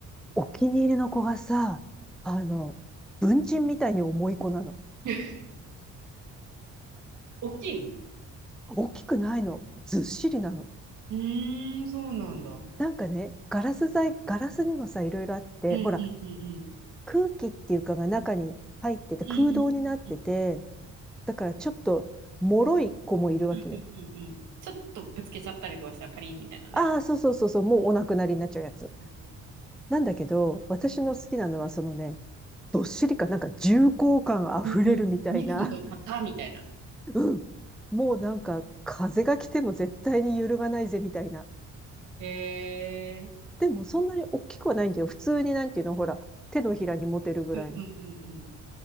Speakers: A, in the centre; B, on the right.
A: お気に入りの子がさ、あの、文鎮みたいに重い子なの。
B: <laughs> 大きいの
A: 大きくないの。ずっしりなの。
B: うーん、そうなんだ。うん
A: なんかね、ガラス材、ガラスにもさ、いろいろあって、
B: うんうんうん。
A: ほら、空気っていうかが中に入ってて、
B: うんうんうん
A: 空洞になってて、だからちょっと、脆い子もいるわけよ。
B: うんうんうん。ちょっとぶつけちゃったりとかしたらパリンみたいなね。
A: ああ、そうそうそうそう、もうお亡くなりになっちゃうやつ。
B: うんうん
A: なんだけど、私の好きなのはそのね、どっしりかなんか重厚感あふれるみたいな。
B: うんうん密度高みたいな。
A: <laughs> もうなんか風が来ても絶対に揺るがないぜみたいな。
B: へえ。
A: でもそんなに大きくはないんだよ。普通になんていうの、ほら、手のひらに持てるぐらいの。
B: うんうんうんうん。